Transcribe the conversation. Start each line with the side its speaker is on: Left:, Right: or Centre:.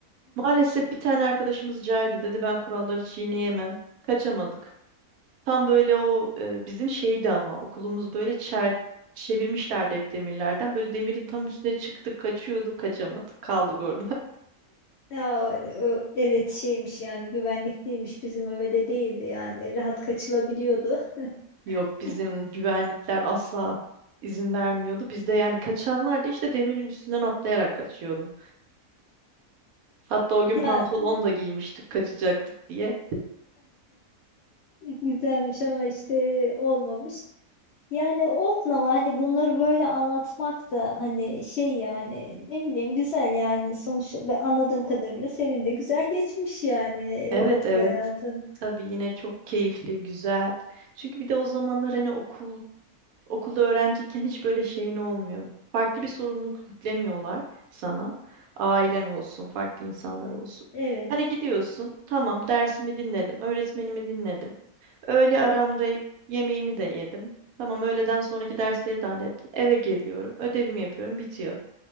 Right: Maalesef bir tane arkadaşımız caydı dedi ben kuralları çiğneyemem. Kaçamadık. Tam böyle o e, bizim şeydi ama okulumuz böyle çer çevirmişlerdi hep demirlerden. Böyle demirin tam üstüne çıktık kaçıyorduk kaçamadık kaldık orada.
Left: Ya hani ö- evet şeymiş yani güvenlikliymiş bizim öyle değildi yani rahat kaçılabiliyordu.
Right: <laughs> Yok bizim
Left: <laughs>
Right: güvenlikler asla izin vermiyordu. Bizde yani kaçanlar da işte demirin üstünden atlayarak kaçıyordu. Hatta o gün
Left: Ya
Right: pantolon da giymiştik kaçacaktık diye.
Left: güzelmiş ama işte olmamış. Yani olsun ama hani bunları böyle anlatmak da hani şey yani ne bileyim güzel yani sonuçta ben anladığım kadarıyla senin de güzel geçmiş yani e,
Right: Evet
Left: okul
Right: evet.
Left: hayatın.
Right: Tabii yine çok keyifli, güzel. Çünkü bir de o zamanlar hani okul okulda öğrenciyken hiç böyle şeyin olmuyor. Farklı bir sorumluluk yüklemiyorlar sana. Ailen olsun, farklı insanlar olsun.
Left: Evet.
Right: Hani gidiyorsun, tamam dersimi dinledim, öğretmenimi dinledim. Öğle aramda yemeğimi de yedim. Tamam öğleden sonraki dersleri de hallettim. Eve geliyorum. Ödevimi yapıyorum. Bitiyor.